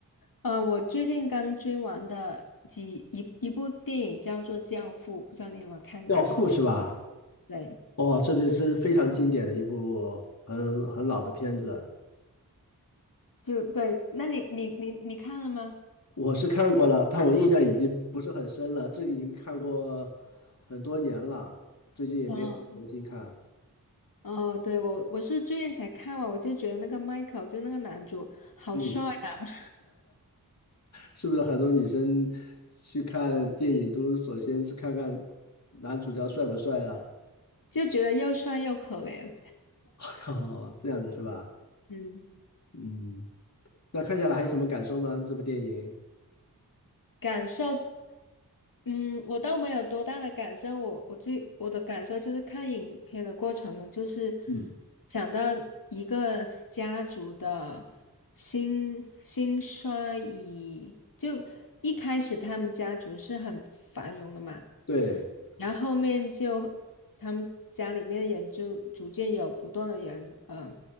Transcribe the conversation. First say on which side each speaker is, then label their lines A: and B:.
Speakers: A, on the left; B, on the left.
A: 呃，我最近刚追完的几一一部电影叫做《教父》，不知道你有没有看过？
B: 《教父》是吧？
A: 对，
B: 哦，这个是非常经典的一部很很老的片子，
A: 就对，那你你你你看了吗？
B: 我是看过了，但我印象已经不是很深了，这个已经看过很多年了，最近也没有重新看。
A: 嗯，哦，对，我我是最近才看完，我就觉得那个 Michael 就那个男主好帅。
B: 嗯，
A: 啊！
B: 是不是很多女生去看电影都首先是看看男主角帅不帅啊？
A: 就觉得又帅又可怜。
B: <laughs> 哦，这样的是吧？
A: 嗯
B: 嗯，那看下来还有什么感受吗？这部电影？
A: 感受，嗯，我倒没有多大的感受，我我最我的感受就是看影片的过程中，就是
B: 嗯，
A: 想到一个家族的兴兴衰以，就一开始他们家族是很繁荣的嘛，
B: 对，
A: 然后后面就他们家里面的人就逐渐有不断的人，嗯、